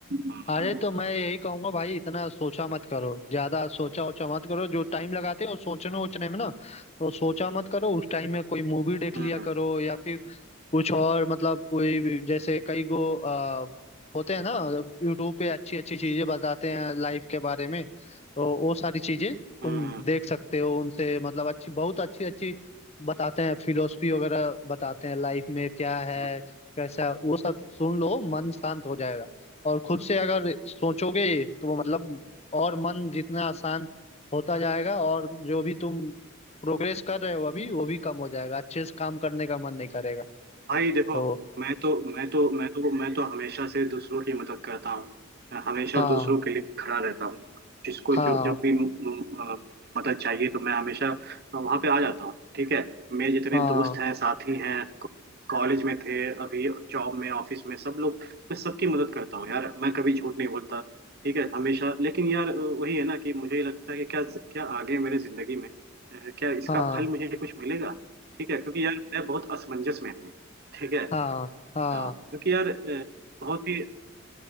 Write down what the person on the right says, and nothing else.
हाँ
हाँ,
हम्म हम्म,
हम्म। ये
भाई देखो
मैं तो मैं तो मैं तो मैं तो हमेशा से दूसरों की मदद करता हूँ मैं हमेशा
दूसरों के लिए खड़ा रहता हूँ जिसको
जो जब भी म- म- अ, मदद चाहिए तो मैं हमेशा वहाँ पे आ जाता हूँ ठीक है मेरे जितने
दोस्त हैं साथी हैं क- कॉलेज में थे अभी जॉब में ऑफिस में सब लोग मैं सबकी मदद करता हूँ यार मैं कभी झूठ नहीं बोलता ठीक है हमेशा लेकिन यार अ, वही है ना कि मुझे ये लगता है कि क्या क्या आगे मेरे जिंदगी में अ, क्या इसका
फल मुझे कुछ मिलेगा ठीक है क्योंकि यार मैं बहुत असमंजस में हूँ ठीक है
हाँ क्योंकि यार अ, बहुत ही